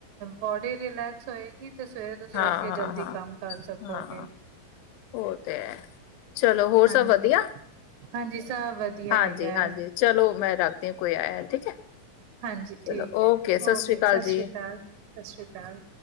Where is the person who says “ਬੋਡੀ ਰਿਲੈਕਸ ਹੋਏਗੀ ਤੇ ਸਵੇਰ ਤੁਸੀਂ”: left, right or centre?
Right